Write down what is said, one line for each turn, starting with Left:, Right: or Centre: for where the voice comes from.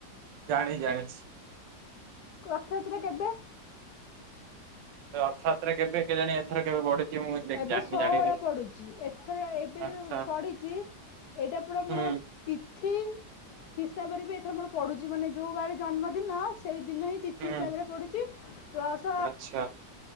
Right: ଜାଣି ଜାଣିଛି।
Left: ରଥଯାତ୍ରା କେବେ?
Right: ରଥଯାତ୍ରା କେବେ କେ ଜାଣି ରେ କେବେ ବଡିଛି ମୁଁ
Left: ଏବେ
Right: ଜାଣିନି
Left: ଷୋହଳ
Right: ଜାଣିନି।
Left: ପଡୁଛି ଏଥର ଏବେ
Right: ଆଚ୍ଛା
Left: ଯୋଉ ପଡିଚି ଏଇଟା ପୁରା ମୋର
Right: ହୁଁ
Left: ତିଥି ହିସାବରେ ବି ଏଥର ମୋର ପଡୁଛି ମାନେ ଯୋଉ ବାର ଜନ୍ମଦିନ ସେଇ ଦିନ ହିଁ ତିଥି
Right: ହୁଁ
Left: ହିସାବରେ ପଡୁଚି। ପ୍ଲସ୍
Right: ଆଚ୍ଛା।